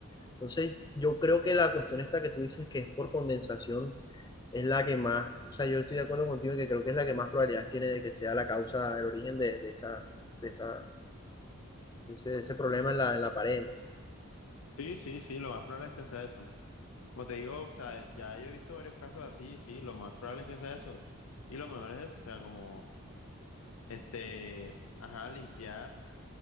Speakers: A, on the left (about 20°); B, on the left (about 85°).
A: Entonces, yo creo que la cuestión esta que tú dices que es por condensación es la que más, o sea, yo estoy de acuerdo contigo en que creo que es la que más probabilidades tiene de que sea la causa, el origen de, de esa, de esa, de ese, de ese problema en la, en la pared. ¿no?
B: Sí, sí, sí, lo más probable es que sea eso. Como te digo, o sea, ya yo he visto varios casos así, sí, lo más probable es que sea eso. Y lo mejor es eso, o sea, como, este, ajá, limpiar,